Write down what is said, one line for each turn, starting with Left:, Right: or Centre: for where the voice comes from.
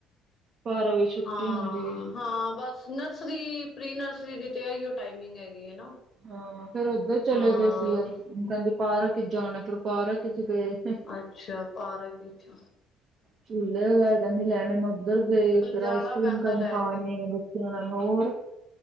Right: ਬਾਰਾਂ ਵਜੇ ਛੁੱਟੀ
Left: ਹਾਂ
Right: ਹੁੰਦੀ ਏ।
Left: ਹਾਂ ਬਸ ਨਰਸਰੀ ਪ੍ਰੀ ਨਰਸਰੀ ਦੀ ਤੇ ਇਹੀਓ ਟਾਈਮਿੰਗ ਹੈਗੀ ਹੈ ਨਾ
Right: ਹਾਂ ਫੇਰ ਉਦਰ ਚਲੇ
Left: ਹਾਂ
Right: ਗਏ ਸੀ ਉਹ ਕਹਿੰਦੀ ਪਾਰਕ ਚ ਜਾਣਾ ਫਿਰ ਪਾਰਕ ਚ ਗਏ
Left: ਅੱਛਾ ਪਾਰਕ ਵਿੱਚ
Right: ਝੁਲੇ ਕਹਿੰਦੀ ਲੈਣੇਨ ਉੱਧਰ ਗਏ ਫੇਰ
Left: ਜਾਣਾ
Right: ਆਈਸ ਕਰ੍ਰੀਮ
Left: ਪੈਂਦਾ ਲੈ
Right: ਖਾਣੀ
Left: ਕੇ
Right: ਏ ਨਾਲ ਹੋਰ